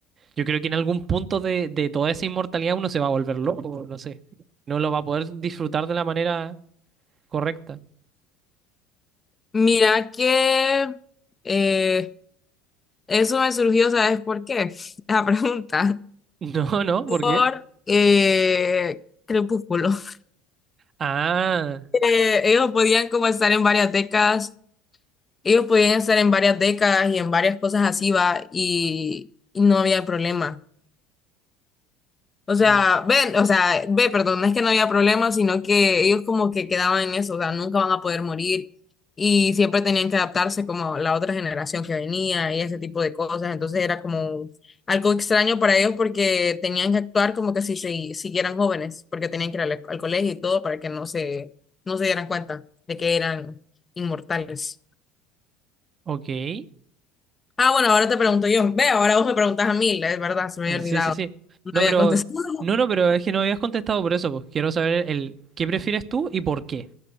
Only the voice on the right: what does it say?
yo creo que en algún punto de, de toda esa inmortalidad uno se va a volver loco, no sé, no lo va a poder disfrutar de la manera correcta. <laughs>
No, no, ¿por
qué?
Ah,
mm,
ok, sí,
sí,
sí.
No,
pero,
no, no, pero es que no habías contestado por eso, pues quiero saber el, ¿qué prefieres tú y por qué?